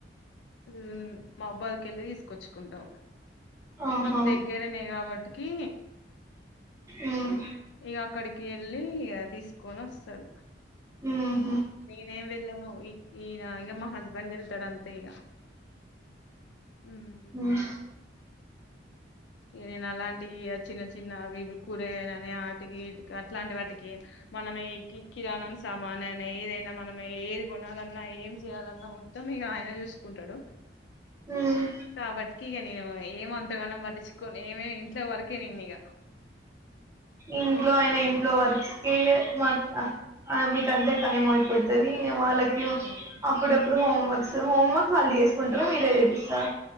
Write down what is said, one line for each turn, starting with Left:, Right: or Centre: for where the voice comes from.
Left: హు మబ్బు కెళ్ళి తీసుకొచ్చుకుంటాం
Right: ఆహా
Left: మాకు దగ్గరనే కాబట్టికి
Right: ఉమ్
Left: ఇగ అక్కడి కెళ్ళి య తీసుకొని వస్తాడు
Right: హ్
Left: నేనేం వెళ్ళను ఈ ఈయన ఇగ మా హస్బెండ్ వెళ్తాడు అంతే ఇగ హ్ హు
Right: ఉమ్
Left: నేనుఅలా ఏ ఇగ చిన్న చిన్న అవి ఇవి కూరగాయలని ఆటికి ఈటికి అట్లాంటి వాటికి మనం కిరాణం సామాను ఐనా ఏదైనా మనం ఏది కొనాలన్నా ఏం చేయాలన్నా మొత్తం ఇగ ఆయన చూసుకుంటాడు
Right: ఉమ్
Left: కాబట్టికి ఇగ నేను ఏం అంతగానం పటించు కొన్ని ఏమైనా ఇంట్లో వరకే నేను ఇగ
Right: ఇంట్లో అయిన ఇంట్లో వర్క్స్ మా మీక అంతా టైమ్ అయిపోతది ఇగ వాళ్ళకి
Left: ఉమ్
Right: అప్పుడప్పుడు ఇప్పుడు హోమ్వర్క్స్ హోమ్వర్క్స్ వాళ్ళు చేసుకుంటార మీరే చేపిస్తారా